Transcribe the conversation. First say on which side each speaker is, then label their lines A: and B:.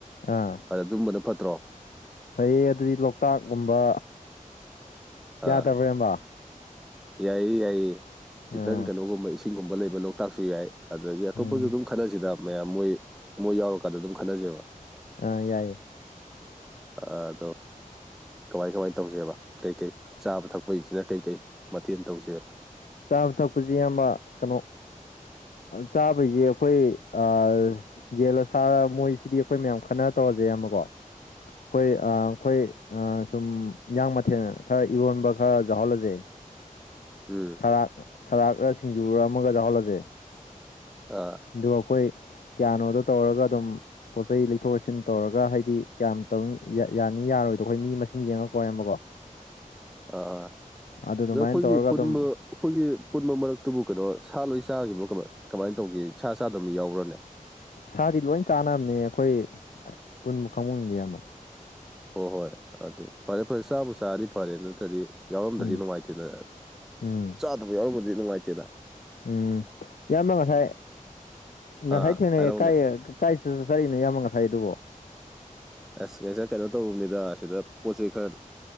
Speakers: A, on the left; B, in the centre.
A: ꯑꯥ
B: ꯑꯗ ꯑꯗꯨꯨꯝꯕꯗꯣ ꯐꯠꯇ꯭ꯔꯣ
A: ꯐꯩꯌꯦ ꯑꯗꯨꯗꯤ ꯂꯣꯛꯇꯥꯛꯒꯨꯝꯕ
B: ꯑꯥ
A: ꯌꯥꯗꯕ꯭ꯔꯥ ꯏꯌꯥꯝꯕ
B: ꯌꯥꯏꯌꯦ ꯌꯥꯏꯌꯦ ꯈꯤꯇꯪ
A: ꯑꯥ
B: ꯀꯩꯅꯣꯒꯨꯝꯕ ꯏꯁꯤꯡꯒꯨꯝꯕ ꯂꯩꯕ ꯂꯣꯛꯇꯥꯛꯁꯨ ꯌꯥꯏ ꯑꯗꯨꯗꯒꯤ ꯑꯇꯣꯞꯄꯁꯨ
A: ꯎꯝ
B: ꯑꯗꯨꯝ ꯈꯠꯟꯅꯁꯤꯗ ꯃꯌꯥꯝ ꯃꯣꯏ ꯃꯣꯏ ꯌꯥꯎꯔꯀꯥꯟꯗ ꯑꯗꯨꯝ ꯈꯠꯟꯅꯁꯦꯕ
A: ꯑꯥ ꯌꯥꯏꯌꯦ
B: ꯑꯥ ꯑꯗꯣ ꯀꯃꯥꯏ ꯀꯃꯥꯏ ꯇꯧꯁꯦꯕ ꯀꯩꯀꯩ ꯆꯥꯕ ꯊꯛꯄꯒꯤꯁꯤꯅ ꯀꯩꯀꯩ ꯃꯊꯦꯜ ꯇꯧꯁꯦꯕ
A: ꯆꯥꯕ ꯊꯛꯄꯁꯦ ꯏꯌꯥꯝꯕ ꯀꯩꯅꯣ ꯆꯥꯕꯩꯁꯦ ꯑꯩꯈꯣꯏ ꯑꯥꯁ ꯌꯦꯟꯂ ꯁꯥꯔ ꯃꯣꯏꯁꯤꯗꯤ ꯑꯩꯈꯣꯏ ꯃꯌꯥꯝ ꯈꯟꯅꯔ ꯇꯧꯔꯁꯦ ꯏꯌꯥꯝꯕ ꯀꯣ ꯈꯣꯏ ꯑꯥ ꯈꯣꯏ ꯑꯥ ꯁꯨꯝ ꯏꯟꯖꯥꯡ ꯃꯊꯦꯜ ꯈꯔ ꯏꯔꯣꯟꯕ ꯈꯔ ꯌꯥꯎꯍꯜꯂꯁꯦ
B: ꯎꯝ
A: ꯁꯔꯥꯛ ꯁꯔꯥꯛꯔ ꯁꯤꯡꯖꯨꯔ ꯑꯃꯒ ꯌꯥꯎꯍꯜꯂꯁꯦ
B: ꯑꯥ
A: ꯑꯗꯨꯒ ꯈꯣꯏ ꯀꯤꯌꯥꯅꯣꯗꯣ ꯇꯧꯔꯒ ꯑꯗꯨꯝ ꯄꯣꯠ ꯆꯩꯩ ꯂꯩꯊꯣꯛ ꯂꯩꯁꯤꯟ ꯇꯧꯔꯒ ꯍꯥꯏꯗꯤ ꯀꯌꯥꯝ ꯇꯧ ꯌꯥꯅꯤ ꯌꯥꯔꯣꯏꯗꯣ ꯑꯩꯈꯣꯏ ꯃꯤ ꯃꯁꯤꯡ ꯌꯦꯡꯉꯒ ꯀꯣ ꯏꯌꯥꯝꯕꯀꯣ
B: ꯑꯥ
A: ꯑꯗꯨ
B: ꯑꯗꯣ
A: ꯑꯗꯨꯃꯥꯏꯅ
B: ꯑꯩꯈꯣꯏꯒꯤ
A: ꯇꯧꯔꯒ
B: ꯄꯨꯟꯕ
A: ꯑꯗꯨꯝ
B: ꯑꯩꯈꯣꯏꯒꯤ ꯄꯨꯟꯕ ꯃꯔꯛꯇꯨꯕꯨ ꯀꯩꯅꯣ ꯁꯥ ꯂꯣꯏ ꯆꯥꯈꯤꯕ꯭ꯔꯣ ꯀꯃꯥꯏ ꯀꯃꯥꯏ ꯇꯧꯒꯦ ꯁꯥ ꯆꯥꯗꯕ ꯃꯤ ꯌꯥꯎꯕ꯭ꯔꯅꯦ
A: ꯁꯥꯗꯤ ꯂꯣꯏ ꯆꯥꯅꯕꯅꯦ ꯑꯩꯈꯣꯏ ꯄꯨꯟꯕ ꯀꯥꯡꯕꯨꯗꯣ ꯏꯌꯥꯝꯕ
B: ꯍꯣꯏ ꯍꯣꯏ ꯑꯗꯨ ꯐꯔꯦ ꯐꯔꯦ ꯆꯥꯕꯨ ꯆꯥꯔꯗꯤ ꯐꯔꯦ ꯅꯠꯇ꯭ꯔꯗꯤ ꯌꯥꯎꯔꯝꯗ꯭ꯔꯗꯤ
A: ꯎꯝ
B: ꯅꯨꯡꯉꯥꯏꯇꯦꯅ
A: ꯎꯝ
B: ꯆꯥꯗꯕ ꯌꯥꯎꯔꯝꯃꯗꯤ ꯅꯨꯡꯉꯥꯏꯇꯦꯅ
A: ꯎꯝ ꯏꯌꯥꯝꯕ ꯉꯁꯥꯏ ꯉꯁꯥꯏ
B: ꯑꯥ
A: ꯊꯦꯡꯅꯩꯌꯦ
B: ꯍꯥꯏꯔꯛꯎꯅꯦ
A: ꯀꯥꯏꯌꯦ ꯀꯥꯏ ꯆꯠ ꯆꯠ ꯆꯠꯂꯤꯅꯣ ꯏꯌꯥꯝꯕ ꯉꯁꯥꯏꯗꯨꯕꯣ
B: ꯑꯁ ꯉꯁꯥꯏ ꯀꯩꯅꯣ ꯇꯧꯔꯨꯕꯅꯤꯗ ꯁꯤꯗ ꯄꯣꯠ ꯆꯩ ꯈꯔ